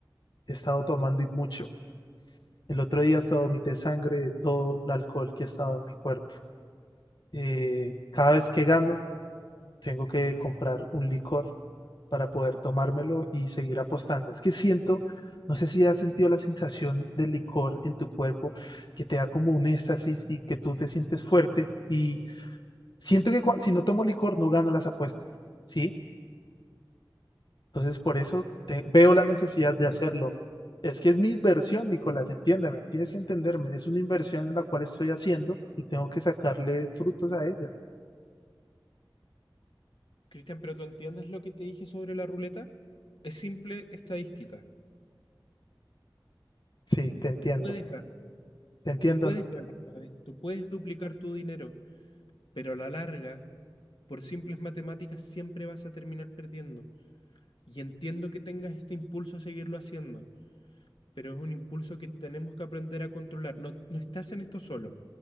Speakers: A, on the left (about 60°); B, on the left (about 75°).
A: He estado tomando y mucho. El otro día hasta vomité sangre de todo el alcohol que ha estado en mi cuerpo. Eh, cada vez que gano, tengo que comprar un licor para poder tomármelo y seguir apostando. Es que siento, no sé si has sentido la sensación del licor en tu cuerpo que te da como un éxtasis y que tú te sientes fuerte y siento que cua- si no tomo licor no gano las apuestas, ¿sí? Entonces por eso te- veo la necesidad de hacerlo. Es que es mi inversión, Nicolás, entiéndeme, tienes que entenderme, es una inversión en la cual estoy haciendo y tengo que sacarle frutos a ella.
B: Cristian, pero tú entiendes lo que te dije sobre la ruleta? Es simple estadística.
A: Sí, te entiendo,
B: Tú puedes ganar,
A: te entiendo.
B: tú puedes ganar una vez, tú puedes duplicar tu dinero. Pero a la larga, por simples matemáticas siempre vas a terminar perdiendo. Y entiendo que tengas este impulso a seguirlo haciendo, pero es un impulso que tenemos que aprender a controlar. No, no estás en esto solo,